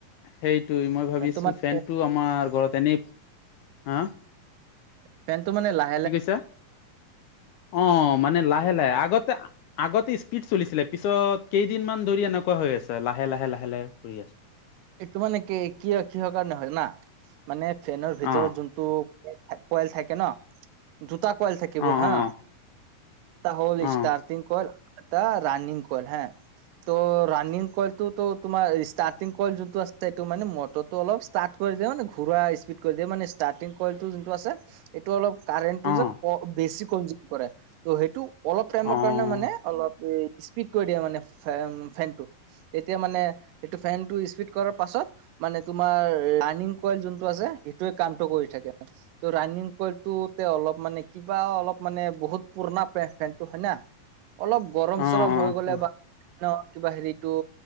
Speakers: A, on the left; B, on the right.
A: সেইটোৱেই। মই ভাবিছোঁ
B: ফেনটো মানে
A: ফেনতটো আমাৰ ঘৰত এনেই হা
B: ফে-ফোনটো মানে লাহ
A: কি কৈছা? অ' মানে লাহে লাহে আগতে আগতে স্পীড চলিছিলে, পিছত কেইদিনমান ধৰি এনেকুৱা হৈ আছে লাহে লাহে লাহে লাহে। ঘূৰি আছো
B: এইটো মানে কি, কিহ কিহৰ কাৰণে হয় না জানা? ফেনৰ ভিতৰত
A: অ
B: যোনটো কইল থাকে ন, দুটা কয়ল থাকিব
A: অ
B: হা
A: অ অ
B: এটা হ'ল
A: অ',
B: ষ্টাৰ্টিং কইল এটা ৰাণিং কল হে। ত' ৰানিং কইলতুটো তোমাৰ ষ্টাৰ্টিং কইল যোনটো আছে সেইটো মানে মটৰটো অলপ ষ্টাৰ্ট কৰি দে মানে ঘূৰা স্পীড কৰি দিয়ে মানে ষ্টাৰ্টিং কইলটো যোনটো আছে এইটো অলপ কাৰেণ্টটো
A: অ',
B: যে বেছি কনজিউম কৰে। ত' সেইটো অলপ টাইমৰ
A: অ',
B: কাৰণে মানে অলপ উম স্পীড কৰি দিয়ে মানে ফে-ফেনটো, এতিয়া মানে এইটো ফেনটো স্পীড কৰা পাছত, মানে তোমাৰ ৰাণিং কইল যোনটো আছে সেইটোৱে কামটো কৰি থাকে। ত' ৰাণিং কলটো অলপ মানে কিবা অলপ মানে বহুত পুৰণা ফেনটো হয় না। অলপ গৰম-চৰম
A: অ',
B: হৈ গ'লে
A: অ',
B: বা কিবা ফেনৰ কিবা হেৰিটো